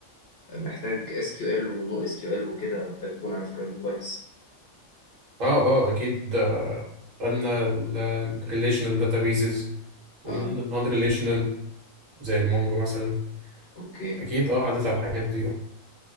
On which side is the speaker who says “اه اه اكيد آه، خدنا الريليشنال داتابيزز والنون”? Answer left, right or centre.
Right